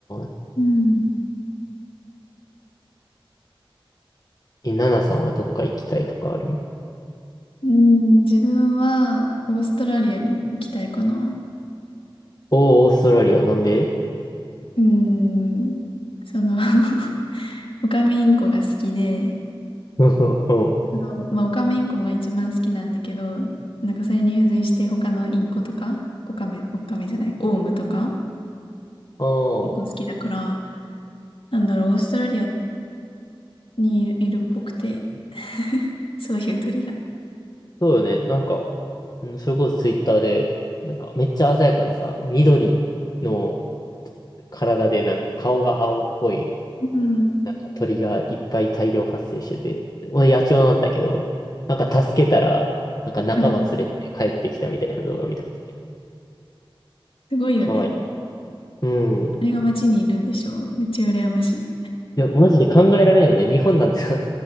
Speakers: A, on the left; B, on the left.
A: ぁ。
B: うん。
A: え、ナナさんはどっか行きたいとかある
B: うん。自分は、オーストラリアに行きたいかな。
A: おー、オーストラリア、なんで
B: うん。その <laughs> オカメインコ <laughs> が好きで、
A: <laughs> うん。
B: あの、まあ、オカメインコが一番好きなんだけど、なんかそれに付随して他のインコとか、オカメ、オカメじゃない、オウムとか、
A: ああ、そ
B: 結構好きだから、なんだろう、オーストラリアにいるっぽくて、<laughs> そういう鳥が。
A: うよね。なんか、うん、それこそツイッターで、なんかめっちゃ鮮やかなさ、緑の体で、なんか顔が青っぽい、
B: うん。
A: なんか鳥がいっぱい大量発生してて、まあ野鳥なんだけど、なんか助けたら、なんか仲間連れて帰ってきたみたいな動画見たこと。
B: うん。すごいよね。
A: かわいい。うん。
B: あれが街にいるんでしょう。
A: い
B: めっちゃ羨ましい。
A: や、マジで考えられんよね。日本なんてさ <laughs>